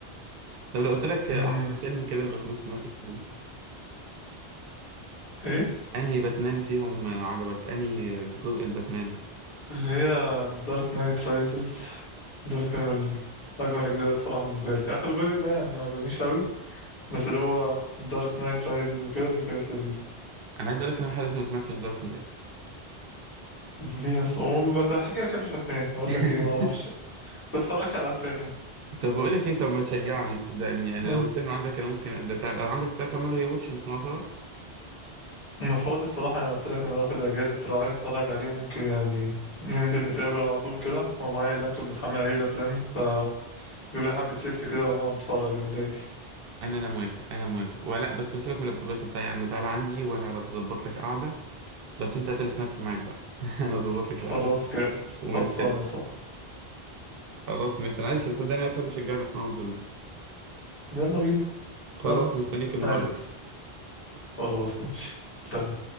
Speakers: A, on the right (about 70°); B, on the left (about 60°).
A: طب لو قلت لك
B: أمم،
A: احسن فيلم كده الباتمان سمعته فيه
B: ايه
A: انهي باتمان فيهم عجبك انهي جزء الباتمان
B: اللي هي The Dark Knight Rises دول كانوا ال- أجمل أجزاء الصراحة بالنسبة لي آخر جزء ده يعني معجبنيش أوي بس اللي هو Dark Knight Rises وكده دي كانت لذيذة
A: انا عايز اقول لك ان انا لحد دلوقتي ما سمعتش دارك نايت
B: ليه أصلا عموما أنت عشان كده بتحبش باتمان أقول
A: <laughs>
B: لك إيه معرفش متتفرجش على أفلام
A: طب بقول لك ايه طب ما تشجعني صدقني يعني
B: قول.
A: لو الفيلم عندك انا ممكن ده تع- عندك الساعه تعمله ري واتش نسمعه سوا
B: أنا فاضي الصراحة أنا قلت لك أنا واخد أجازة لو عايز تتفرج عليه ممكن يعني ننزل نتقابل على طول كده ومعايا اللابتوب متحمل عليه الأفلام فجيب لي حبة شيبسي كده ونقعد نتفرج أنا دايس
A: انا انا موافق انا موافق ولا بس سيبك من اللابتوبات وبتاع يا عم تعالى عندي وانا بظبط لك قعده بس انت هات السناكس معاك بقى <laughs> انا اظبط لك
B: خلاص
A: القعده
B: كام
A: ومستني
B: خلصانة يا صاحبي
A: خلاص مش انا عايز صدقني عايز حد يشجعني اسمعه من زمان
B: يلا بينا
A: خلاص
B: يلا
A: مستنيك النهارده
B: أنا خلاص ماشي سلام